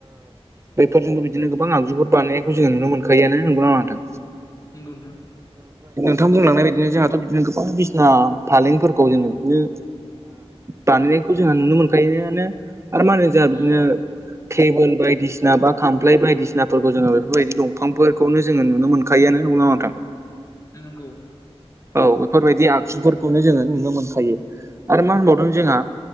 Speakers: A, on the right; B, on the left.
A: बेफोरजोंबो बिदिनो गोबां आगजुफोर बानायनायखौ जोङो नुनो मोनो गैयानो नोंगौना लाथों
B: नंगौ नोंथां
A: मथां बुंलांनाय बायदिनो जोंहाथ' बिदिनो गोबां बिसिना फालेंफोरखौ जोङो बिदिनो बानायनायखौ जोंहा नुनो मोनखायोानो आरो मा होनो जोंहा बिदिनो
B: उम
A: टेबोल बायदिसिना बा खामफ्लाय बायदिसिनाफोरखौ जोङो बेफोरबायदि दंफांफोरखौनो जोङो नुनो मोन खाययाानोनो नुां नां
B: नंगौ नगौ
A: औ बेफोरबायदि आगजुफोरखौनो जोङो नुनो मोनखायो आरो मा होनबावदों जोंहा